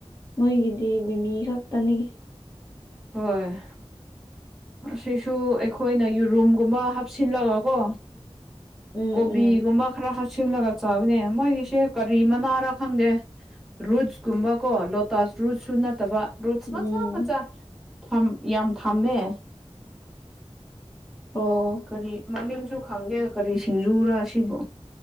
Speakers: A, on the left (about 30°); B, in the centre.
A: ꯃꯣꯏꯒꯤꯗꯤ ꯃꯤꯃꯤ ꯈꯛꯇꯅꯤ
B: ꯍꯣꯏ ꯑꯁꯤꯁꯨ ꯑꯩꯈꯣꯏꯅ ꯌꯨꯔꯨꯝꯒꯨꯝꯕ ꯍꯥꯞꯁꯤꯜꯂꯒ ꯀꯣ
A: ꯎꯝ
B: ꯀꯣꯕꯤꯒꯨꯝꯕ
A: ꯎꯝ
B: ꯈꯔ ꯍꯥꯞꯁꯤꯜꯂꯒ ꯆꯥꯕꯅꯦ ꯃꯣꯏꯒꯤꯁꯦ ꯀꯔꯤ ꯃꯅꯥꯔ ꯈꯪꯗꯦ ꯔꯨꯠꯁ ꯀꯨꯝꯕ ꯀꯣ ꯂꯣꯇꯥꯁ ꯔꯨꯠꯁꯨ ꯅꯠꯇꯕ ꯔꯨꯠꯁ
A: ꯎꯝ
B: ꯃꯆꯥ ꯃꯆꯥ ꯊꯝ ꯌꯥꯝ ꯊꯝꯃꯦ
A: ꯑꯣ
B: ꯀꯔꯤ ꯃꯃꯤꯡꯁꯨ ꯈꯪꯗꯦ ꯀꯔꯤ ꯁꯤꯡꯖꯨꯔꯥ ꯁꯤꯕꯨ